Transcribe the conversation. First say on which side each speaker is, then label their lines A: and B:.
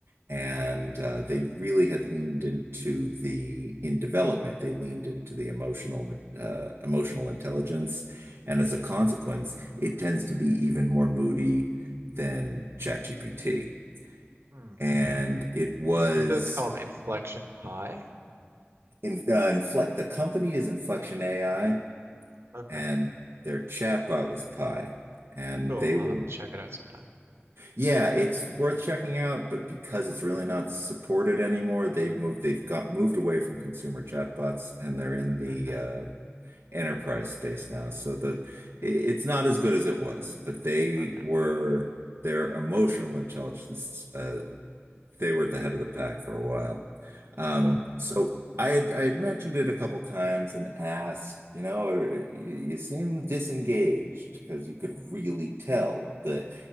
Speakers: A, on the right; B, on the right.
A: And
B: Hmm.
A: uh, they really had leaned into the, in development, they leaned into the emotional, uh, emotional intelligence. And as a consequence, it tends to be even more moody than ChatGPT.
B: Hmm.
A: And it was
B: That's called inflection pi.
A: In, uh, Inflect, the company is Inflection AI,
B: Okay.
A: and their chatbot was Pi. And
B: Cool.
A: they
B: I'll
A: were,
B: have to check it out sometime.
A: yeah, it's worth checking out, but because it's really not supported anymore, they've moved, they've got moved away from consumer chatbots, and they're in the
B: Okay.
A: uh, enterprise space now. So the i- it's not as good as it was, but they
B: Okay.
A: were their emotional intelligence uh, they were at the head of the pack for a while. Um,
B: Cool.
A: so I had I had mentioned it a couple times and asked, you know, "Uh, you, you seem disengaged because you could
B: Hmm.
A: really tell the